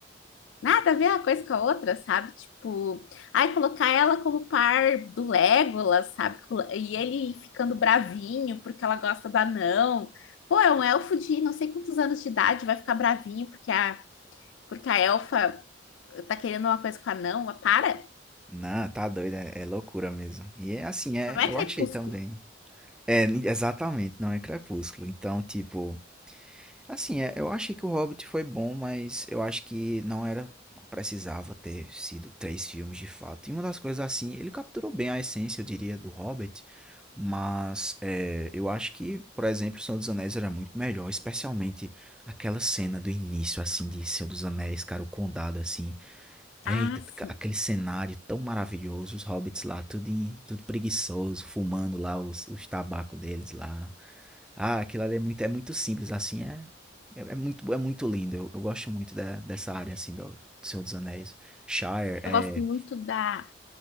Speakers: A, on the left; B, in the centre.
A: Nada a ver uma coisa com a outra, sabe? Tipo, ai, colocar ela como par do Legolas, sabe? Co- E ele ficando bravinho porque ela gosta do anão. Pô, é um elfo de não sei quantos anos de idade, vai ficar bravinho porque a, porque a elfa tá querendo uma coisa com o anão. Para!
B: Não, tá doido, é, é loucura mesmo. E é assim, é,
A: Não é
B: eu
A: crepúsculo.
B: achei também. É, exatamente, não é Crepúsculo. Então, tipo, Assim, é, eu achei que o Hobbit foi bom, mas eu acho que não era, não precisava ter sido três filmes de fato. E uma das coisas assim, ele capturou bem a essência, eu diria, do Hobbit, mas é, eu acho que, por exemplo, o Senhor dos Anéis era muito melhor, especialmente aquela cena do início, assim, de Senhor dos Anéis, cara, o condado, assim, eita,
A: Ah,
B: ca-
A: sim.
B: aquele cenário tão maravilhoso, os hobbits lá, tudo, em- tudo preguiçoso, fumando lá os, os tabacos deles lá. Ah, aquilo ali é muito, é muito simples, assim, é, é, é muito, é muito lindo. Eu, eu gosto muito da- dessa área, assim, do, do Senhor dos Anéis. Shire, é...
A: Eu gosto muito da,